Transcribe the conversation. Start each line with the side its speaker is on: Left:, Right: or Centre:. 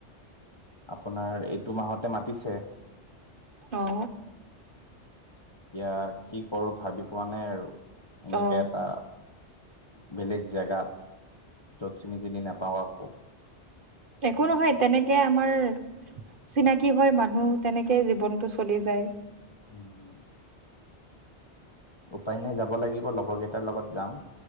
Left: আপোনাৰ এইটো মাহতে মাতিছে।
Right: অঁ।
Left: এতিয়া কি কৰো ভাবি পোৱা নাই আৰু এনেকে
Right: অ
Left: এটা- বেলেগ জেগাত, য'ত চিনি চিনি নাপাওঁ কাকো।
Right: একো নহয় তেনেকে আমাৰ- চিনাকি হয় মানুহ তেনেকে জীৱনটো চলি যায়
Left: উম উপায় নাই যাব লাগিব লগৰ কেইটাৰ লগত যাম